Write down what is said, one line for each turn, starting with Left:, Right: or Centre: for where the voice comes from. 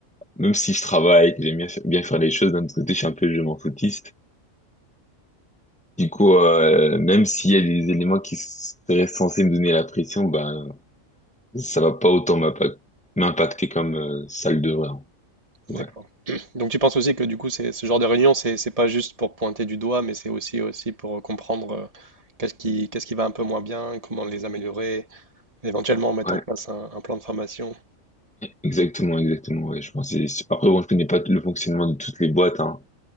Centre: même si je travaille, que j'aime bien, faire- bien faire les choses, d'un autre côté, je suis un peu je m'en foutiste. Du coup, euh, même s'il y a des éléments qui seraient censés me donner la pression, ben, ça va pas autant m'impa- m'impacter comme euh, ça le devrait. hein. Ouais.
Right: D'accord. <clears throat> Donc tu penses aussi que du coup, c'est, ce genre de réunion, c'est, c'est pas juste pour pointer du doigt, mais c'est aussi, aussi pour euh, comprendre euh, qu'est-ce qui, qu'est-ce qui va un peu moins bien, comment les améliorer, éventuellement mettre
Centre: Ouais.
Right: en place un, un plan de formation.
Centre: Exactement, exactement, ouais, je pense. que c'est- Après, bon, je connais pas le fonctionnement de toutes les boîtes, hein.